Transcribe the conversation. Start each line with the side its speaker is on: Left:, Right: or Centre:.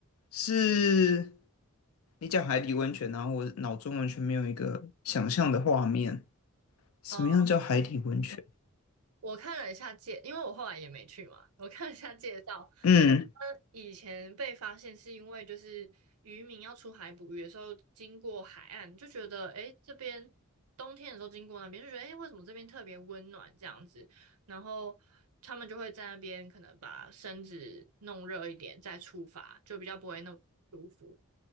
Left: 是你讲海底温泉，然后我脑中完全没有一个想象的画面，什么样叫海底温泉？
Right: 嗯。我看了一下介，因为我后来也没去嘛，我看了一下介绍，
Left: 嗯。
Right: 嗯，以前被发现是因为就是渔民要出海捕鱼的时候经过海岸，就觉得诶这边冬天的时候经过那边就觉得诶为什么这边特别温暖这样子，然后他们就会在那边可能把身子弄热一点再出发，就比较不会那么舒服。